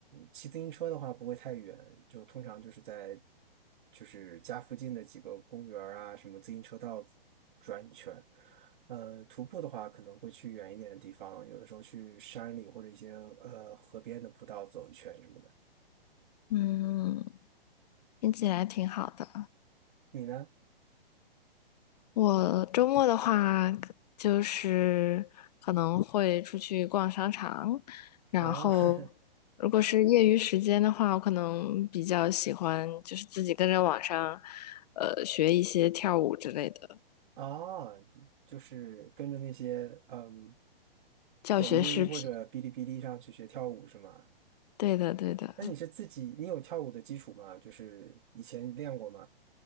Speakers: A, on the right (about 55°); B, on the left (about 40°).
A: 骑自行车的话不会太远，就通常就是在就是家附近的几个公园儿啊，什么自行车道转一圈。呃，徒步的话可能会去远一点的地方，有的时候去山里或者一些呃河边的步道走一圈什么的。
B: 嗯，听起来挺好的。
A: 你呢？
B: 我周末的话，就是可能会出去逛商场，然后如果是业余时间的话，
A: 啊 <laughs>
B: 我可能比较喜欢就是自己跟着网上，呃，学一些跳舞之类的
A: 啊，就是跟着那些嗯
B: 教学视频。
A: 抖音或者哔哩哔哩上去学跳舞是吗？
B: 对的，对的，
A: 那你是自己，你有跳舞的基础吗？就是以前练过吗？